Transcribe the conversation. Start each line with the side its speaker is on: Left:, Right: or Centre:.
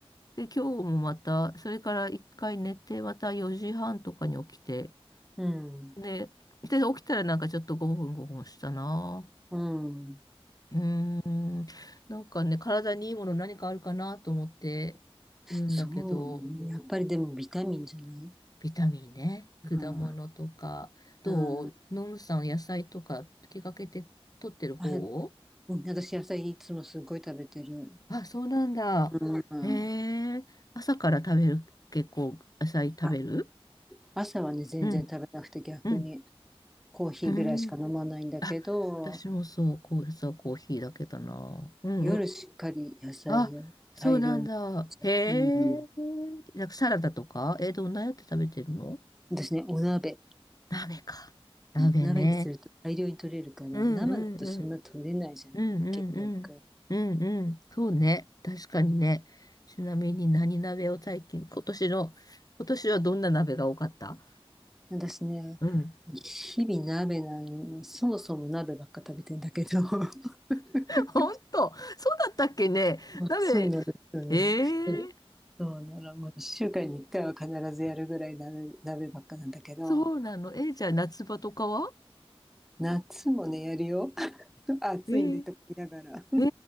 Left: で、今日もまた、それから一回寝て、また4時半とかに起きて。
Centre: うん、
Left: で、で、起きたらなんかちょっと5分5分したな。
Centre: うん、
Left: うーん。なんかね、体にいいもの何かあるかなと思ってるんだけど、
Centre: そうね、やっぱりでもビタミンじゃない
Left: ビタミンね、果物とか、
Centre: うん、
Left: どうノムさん野菜とか気がけて取ってる方
Centre: うん、あ、あれ、うん私野菜いつもすごい食べてる。
Left: あ、そうなんだ。
Centre: うん、
Left: へえ、朝から食べる、結構野菜食べる
Centre: あ朝はね、全然食べなくて逆に
Left: うん、うん、
Centre: コーヒーぐらいしか飲まないんだけど、
Left: うん。あ、私もそう、こう、朝コーヒーだけだな。うんうん。
Centre: 夜しっかり野菜を大量に。
Left: あ、そうなんだ。へ
Centre: うん。
Left: え、なんかサラダとかえ、どんなやって食べてるの
Centre: 私ね、お鍋。
Left: 鍋か。鍋ね。
Centre: 鍋にすると大量に取れるから、
Left: うんうんうん。
Centre: 生だとそんな取れないじゃない結局。
Left: うんうんうん。うんうん。そうね。確かにね。ちなみに何鍋を最近、今年の、今年はどんな鍋が多かった
Centre: 私ね、
Left: うん。
Centre: 日々鍋なの、そもそも鍋ばっか食べてんだけど。<laughs>
Left: <laughs> 本当、そうだったっけね。
Centre: うんそうなんですうん
Left: 鍋、ええ
Centre: そうなの、もう1週間に1回は必ずやるぐらい鍋、鍋ばっかなんだけど、
Left: そうなの。えーじゃあ夏場とかは
Centre: 夏もね、やるよ。<laughs> あ暑いんでとか言いながら。
Left: えー、
Centre: <laughs>
Left: え